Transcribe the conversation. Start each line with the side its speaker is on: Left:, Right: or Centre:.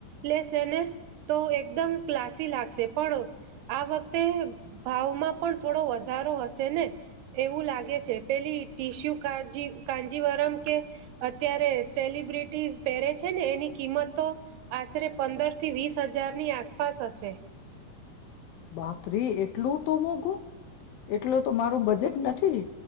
Right: લેસે ને તો એકદમ ક્લાસી લાગશે. પણ આ વખતે ભાવમાં પણ થોડો વધારો હશે ને એવું લાગે છે. પેલી ટીશ્યુ કાજી કાજીવરમ કે અત્યારે સેલિબ્રિટીઝ પહેરે છે ને એની કિંમતો આશરે પંદર થી વીસ હજારની આસપાસ હશે.
Left: બાપરે એટલું તો મોઘું એટલો તો મારું બજેટ નથી